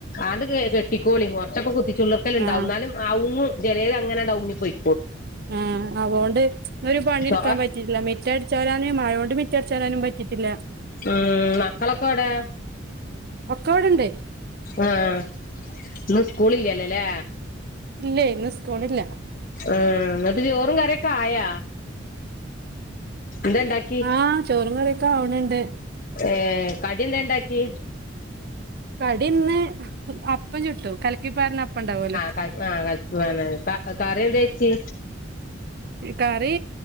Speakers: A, on the left (about 45°); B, on the right (about 50°).
A: ആണ്ട് കെട്ടിക്കോളി കോറച്ചക്ക കുത്തിച്ചുള്ളർക്കല്ണ്ടാവും
B: ആ
A: എന്നാലും ഔങ്ങും ജലേത് അങ്ങനെണ്ട് ഊങ്ങി പോയി
B: ആഹ് അവോണ്ട് ഇന്ന് ഒരു പണിയെടുക്കാൻ
A: ചോ
B: പറ്റിട്ടില്ല മിറ്റ അച്ചേരാന് മഴോണ്ട് മിറ്റഅടിച്ചാരാനും പറ്റിട്ടില്ല
A: ഉം മക്കളൊക്കെ ഓടെ
B: ഒക്കെ ഇവിടെണ്ട്
A: ആഹ് ഇന്ന് സ്കൂള് ഇല്ലല്ലോലെ
B: ഇല്ലയി ഇന്ന് സ്കൂള്ല്ല
A: ആഹ് എന്നിട്ട് ചോറും കറിയൊക്കെ ആയാ ന്തെണ്ടാക്കി
B: ആഹ് ചോറും കറിയൊക്കെ ആവ്ണ്ണ്ട്
A: ഏഹ് കടിന്തെണ്ടാക്കി
B: കടി ഇന്ന് അപ്പം ചുട്ടു കലക്കിപ്പാരണ അപ്പ ഉണ്ടാവല്ലോ
A: ആഹ് കലക്കി കറി എന്തെ വച്ചി
B: കറി